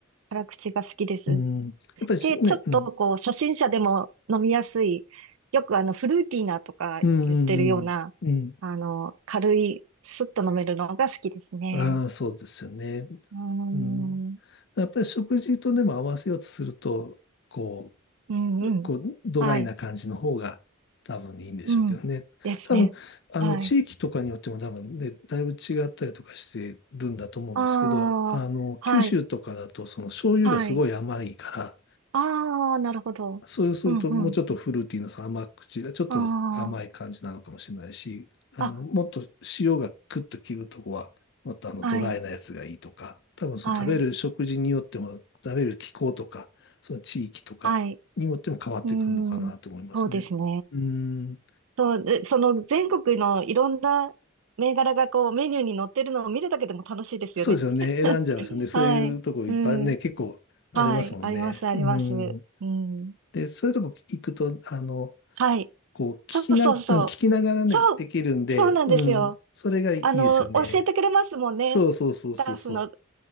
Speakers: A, on the right (about 75°); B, on the left (about 55°).
A: 辛口が好きです。
B: うん、やっぱりしね、
A: で、ちょっとこう、
B: うん、
A: 初心者でも飲みやすい、よくあの、フルーティーなとか言ってるような、
B: うん、うん、うん。うん
A: あの、軽い、スッと飲めるのが好きですね。
B: ああ、そうですよね。
A: うーん。
B: うん。やっぱり食事とでも合わせようとすると、こ
A: うんうん。
B: う、こう、ドライな感じの方が多分いいんでしょうけどね。
A: はい。うん。ですね。
B: 多分、あの、
A: はい。
B: 地域とかによっても多分ね、だいぶ違ったりとかしてるんだと思うんですけど、
A: ああ、
B: あの、
A: はい。
B: 九州とかだと、その醤油がすごい甘いから、
A: はい。ああ、なるほど。
B: そうすると、
A: うん
B: もうちょっとフルーティーなさ、その甘口が、ちょっと甘い感じなのかもしれないし、
A: あ
B: あの、
A: あ、あ、
B: もっと塩がクッと切るとこは、もっとあの、
A: はい、
B: ドライなやつがいいとか、多分その食べる食事によっても、
A: はい、
B: 食べる気候とか、その地域とかによっても変わってくるのかなと思いますね。
A: はい。うん、そうですね。
B: うーん、
A: そう、でその全国のいろんな銘柄がこうメニューに載ってるのを見るだけでも楽しいですよね。
B: そうですよね。
A: <laughs>
B: 選んじゃいますよね。そういうとこいっぱいね、
A: はい、うん、
B: 結構ありますもんね。
A: はい、あります、あります。
B: うーん。
A: うん、
B: で、そういうとこ行くと、あの、
A: はい、
B: こう、聞きな、
A: そうそうそう。
B: うん聞きながらね、
A: そう、
B: できるんで、
A: そうなんですよ。
B: うん、それがいいですよね。
A: あの、教えてくれますもんね。
B: そうそうそうそうそ
A: スタッフの